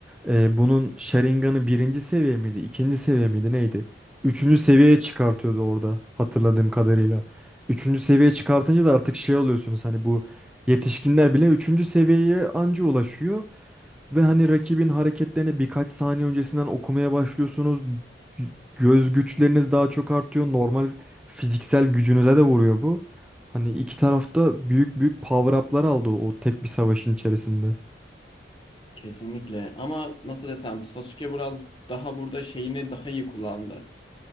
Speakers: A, in the centre; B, on the left.
A: Ee, bunun Sharingan'ı birinci seviye miydi, ikinci seviye miydi neydi? Üçüncü seviyeye çıkartıyordu orada hatırladığım kadarıyla. Üçüncü seviyeye çıkartınca da artık şey oluyorsunuz hani bu yetişkinler bile üçüncü seviyeye anca ulaşıyor. Ve hani rakibin hareketlerini birkaç saniye öncesinden okumaya başlıyorsunuz. Gö- Göz güçleriniz daha çok artıyor. Normal fiziksel gücünüze de vuruyor bu. Hani iki tarafta büyük büyük power up'lar aldı o tek bir savaşın içerisinde.
B: Kesinlikle ama nasıl desem Sasuke biraz daha burada şeyini daha iyi kullandı.